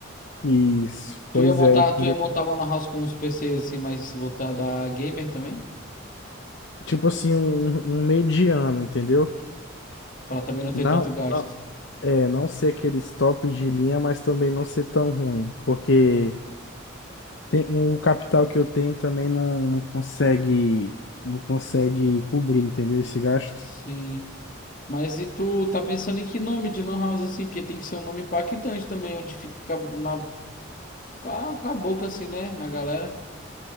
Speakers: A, on the left (about 60°); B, on the left (about 40°).
A: isso,
B: Tu
A: pois
B: ia montar,
A: é, eu queria-
B: tu ia montar uma Lan House com uns PCs assim mais voltada a gamer também,
A: tipo assim um, um mediano, entendeu?
B: Pra também não ter
A: Não,
B: tanto gasto.
A: não, é, não ser aquele top de linha, mas também não ser tão ruim, porque Tem, o capital que eu tenho também não, não consegue, não consegue cobrir, entendeu? Esse gasto.
B: Sim. Mas e tu tá pensando em que nome de Lan House assim? Porque tem que ser um nome impactante também, onde fica na Com a, com a boca assim, né, na galera.